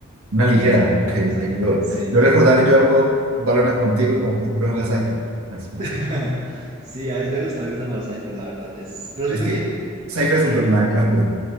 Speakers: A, on the right; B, on the right.
A: Una
B: Me
A: ligera,
B: gusta un poco jugar
A: ok,
B: con Cypher.
A: ok. Yo,
B: Sí.
A: yo recordaba que yo jugué Valorant contigo y como que siempre juegas Cypher. Es,
B: <laughs>
A: más,
B: Sí, a veces me gusta, me gusta jugar Cypher, la verdad. Es... Pero
A: es
B: siento
A: que
B: que
A: Cypher es
B: creo
A: un personaje
B: que
A: fuerte